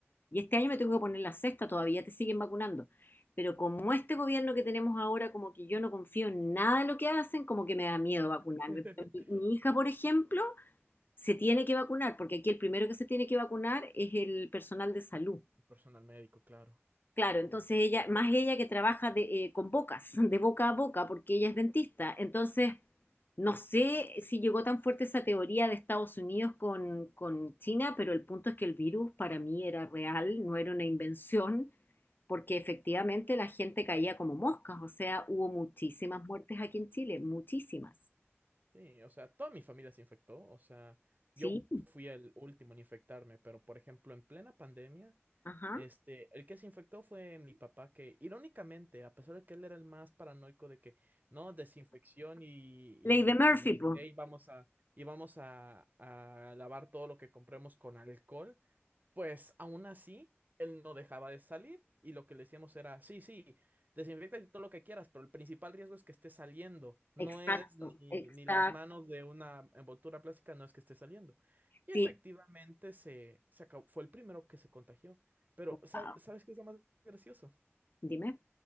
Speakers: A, on the left; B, on the right.
A: y este año me tengo que poner la sexta, todavía te siguen vacunando. Pero como este gobierno que tenemos ahora, como que yo no confío en nada de lo que hacen, como que me da miedo vacunarme.
B: <laughs>
A: Pero mi, mi hija, por ejemplo, se tiene que vacunar, porque aquí el primero que se tiene que vacunar es el personal de salud.
B: Personal médico, claro.
A: Claro, entonces ella, más ella que trabaja de, eh, con bocas, <laughs> de boca a boca, porque ella es dentista. Entonces, no sé si llegó tan fuerte esa teoría de Estados Unidos con, con China, pero el punto es que el virus para mí era real, no era una invención, porque efectivamente la gente caía como moscas, o sea, hubo muchísimas muertes aquí en Chile, muchísimas,
B: Sí, o sea, toda mi familia se infectó, o sea,
A: ¿sí?
B: yo fui el último en infectarme, pero por ejemplo, en plena pandemia,
A: Ajá.
B: este, el que se infectó fue mi papá, que irónicamente, a pesar de que él era el más paranoico de que, no, desinfección y,
A: Ley de Murphy,
B: y, y no sé
A: pues.
B: qué, y vamos a, y vamos a, a lavar todo lo que compremos con alcohol, pues aún así, él no dejaba de salir y lo que le decíamos era, sí, sí, desinfecta y todo lo que quieras, pero el principal riesgo es que esté saliendo, no
A: Exacto,
B: es ni,
A: exacto,
B: ni las manos de una envoltura plástica, no es que esté saliendo. Y
A: sí.
B: efectivamente se, se acabó, fue el primero que se contagió. Pero,
A: Wow.
B: ¿sab- ¿sabes qué es lo más gracioso?
A: Dime.